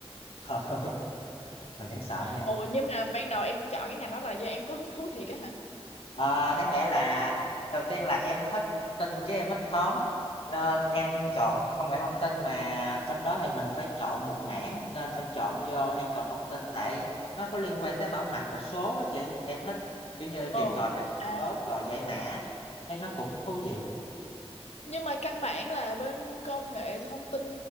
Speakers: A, on the left (about 60°); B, on the left (about 80°).
A: <laughs> mà chẳng sợ nha.
B: ồ nhưng mà ban đầu em chọn cái ngành đó là do em có hứng thú thiệt á hả
A: Ờ, đáng lẽ là đầu tiên là em thích tin với em thích toán nên em chọn công nghệ thông tin mà trong đó thì mình phải chọn một mảng nên em chọn vô an toàn thông tin tại nó có liên quan tới bảo mật và số á chị em thích kiểu như tìm
B: ồ
A: tòi mấy con
B: à
A: số rồi giải mã thấy nó cũng thú vị
B: nhưng mà căn bản là bên công nghệ thông tin